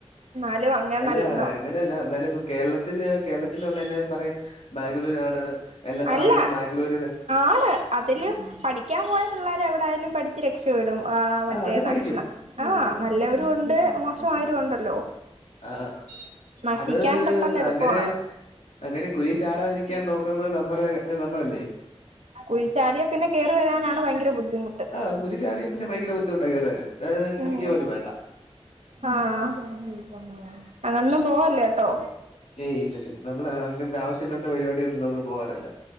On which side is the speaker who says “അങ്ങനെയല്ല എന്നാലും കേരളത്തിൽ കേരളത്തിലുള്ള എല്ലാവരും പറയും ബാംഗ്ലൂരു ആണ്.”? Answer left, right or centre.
Left